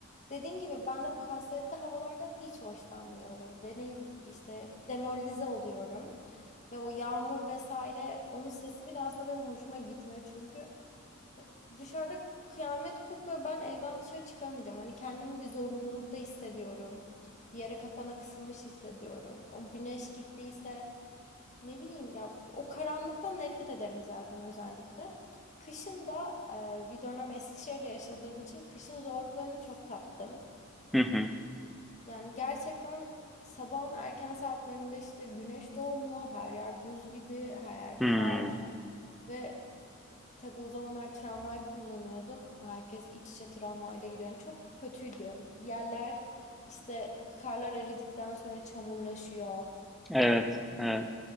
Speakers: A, on the left; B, in the centre.
A: Dediğim gibi ben de bu kasvetli havalardan hiç hoşlanmıyorum. Deneyim işte demoralize oluyorum. Ve o yağmur vesaire onun sesi bile aslında benim hoşuma gitmiyor çünkü dışarıda kıyamet kopuyor. Ben evden dışarı çıkamayacağım. Hani kendimi bir zorunlulukta hissediyorum. Bir yere kapana kısılmış hissediyorum. O güneş gittiyse ne bileyim ya o karanlıktan nefret ederim zaten özellikle. Kışın da e, bir dönem Eskişehir'de yaşadığım için kışın zorluklarını çok tattım.
B: Hı hı.
A: Yani gerçekten sabahın erken saatlerinde işte güneş doğmuyor. Her yer buz gibi, her yer
B: Hmm,
A: kar ve Tabii o zamanlar tramvay kullanıyordum. Herkes iç içe tramvayla gidiyor. Yani çok kötüydü. Yerler işte karlar eridikten sonra çamurlaşıyor.
B: Evet, evet.